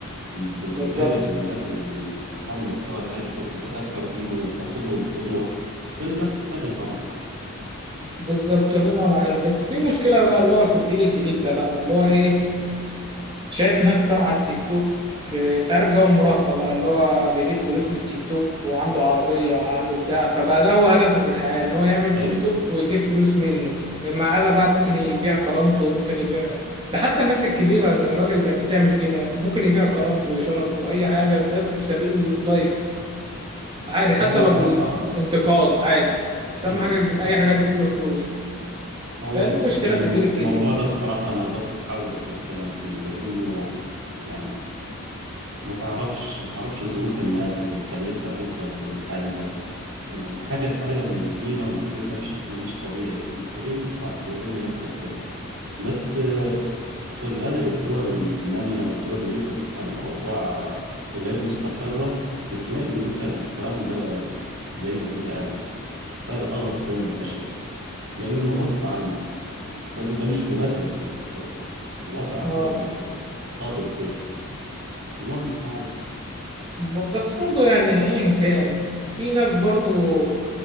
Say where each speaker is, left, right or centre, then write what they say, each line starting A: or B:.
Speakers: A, on the right; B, on the right.
A: بتنجذب
B: بالظبط
A: للناس ال- أصحاب المحتوى الهادف وبتتأثر بيهم وبتاخدهم قدوة غير الناس التانية طبعا
B: بالظبط الله ينور عليك بس في مشكله بقى اللي هو في الجيل الجديد ده بقى اللي هو ايه شايف ناس بقى على التيك توك آه، انت عارف جو المراهقة بقى اللي هو بيجيب فلوس من التيك توك وعنده عربية وعنده بتاع فبقى ده هو هدفه في الحياة ان هو يعمل
A: أيوه
B: تيك توك ويجيب فلوس منه معانا بقى ممكن يبيع كرامته وممكن يبيع ده حتى الناس الكبيرة الراجل بقت بتعمل كده ممكن يبيع كرامته وشرفه وأي حاجة بس في سبيل لايف عادي حتى
A: هو
B: لو
A: بصراحة
B: بالانتقاد عادي بس أهم
A: أيوه
B: حاجة تج- أي
A: فاهم
B: حاجة تجيب له فلوس
A: هو
B: فدي مشكلة
A: يعني
B: في الجيل
A: م-
B: الجديد
A: الموضوع
B: يعني
A: ده بصراحة أنا باخد حذري في الكلام فيه لأنه يعني ما تعرفش ما تعرفش ظروف الناس اللي خلتها توصل للحال ده ويعني حاجة فعلا مهينة ومذلة بشكل مش طبيعي انت ليه تطلع تذل نفسك كده بس آه، في الغالب الدول النامية والدول اللي بيبقى فيها الأوضاع غير مستقرة بتلاقي نسب الكلام ده زايدة فيها قوي فالقرف ده منتشر لأنه غصب عنه بس ده, ده مش مبرر بس الوضع
B: اه
A: هو القادم كده الله المستعان
B: ب- بس برضو يعني ايا كان في ناس برضو